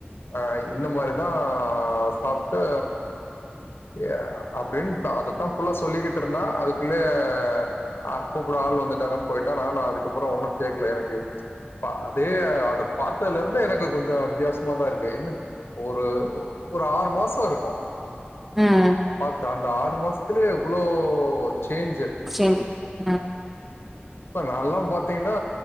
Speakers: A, on the left; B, in the centre.
A: ஆ இந்த மாரிதா சாப்ட்டு ய அப்டின்ட்டு அதத்தா ஃபுல்லா சொல்லிக்கிட் இருந்தா அதுக்குள்ளயே ஆ கூப்ட ஆள் வந்துட்டாங்கன்னு போயிட்டா நானு அதுக்கப்றோ ஒன்னு கேக்கல எனக்கு பா அதே அத பாத்ததுல இருந்து எனக்கு கொஞ்சோ வித்தியாச மாதா இருக்கு என்ன ஒரு ஒரு ஆறு மாசோ இருக்கு
B: ம்.
A: பாத்து அந்த ஆறு மாசத்துலயே இவ்ளோ சேஞ்சு
B: சேஞ்ச் ஆ
A: இப்ப நால்லா பாத்தீங்கன்னா